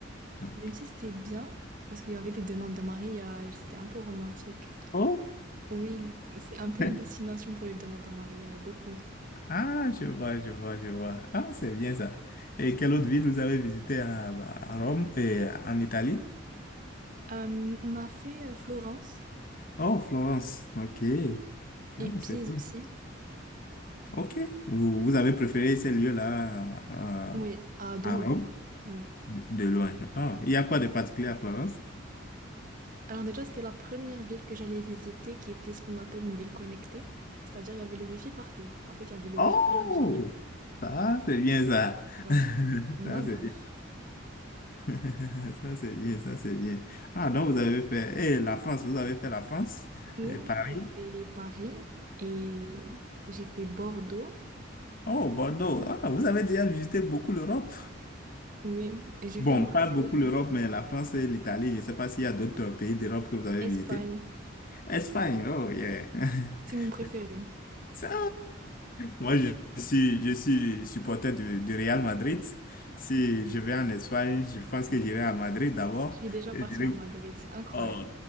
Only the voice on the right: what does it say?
Même si c'était bien, parce qu'il y avait des demandes de mariage, c'était un peu romantique.
Oui, c'est un peu
une destination pour les demandes en mariage, beaucoup.
Euh, on a fait euh, Florence
et
Pise
aussi.
Oui, à Delourme.
Oui.
Alors déjà, c'était la première ville que j'allais visiter qui était ce qu'on appelle une ville connectée. C'est-à-dire, il y avait le Wi-Fi partout. En fait, il y avait le Wi-Fi
de la ville.
Ouais, on
adore.
Oui,
oui,
j'ai fait Paris et j'ai fait Bordeaux.
Oui, et j'ai
fait Marseille
aussi.
Espagne,
c'est mon préféré.
Je suis déjà
partie
à Madrid, c'est incroyable.